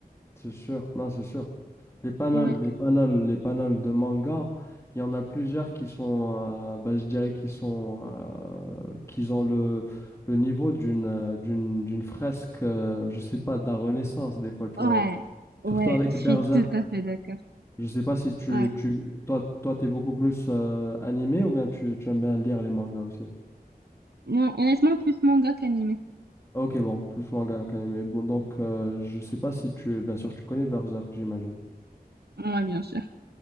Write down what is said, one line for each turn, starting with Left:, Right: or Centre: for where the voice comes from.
Left: C'est sûr, non, c'est sûr. Les panels,
Right: Ouais,
Left: les panels, les panels de manga, il y en a plusieurs qui sont, euh, bah, je dirais qu'ils sont, euh, qu'ils ont le, le niveau d'une euh, d'une d'une fresque, euh, je sais pas, de la Renaissance des fois, tu
Right: ouais,
Left: vois. Surtout
Right: ouais,
Left: avec
Right: je
Left: Berserk.
Right: suis tout à fait d'accord.
Left: Je sais pas si tu,
Right: Ouais.
Left: tu toi toi t'es beaucoup plus euh, animé ou bien tu, tu aimes bien lire les mangas aussi.
Right: Moi, honnêtement, plus manga qu'animé.
Left: Ok bon plus manga qu'animé. Bon donc euh, je sais pas si tu bien sûr tu connais Berserk j'imagine.
Right: Ouais, bien sûr.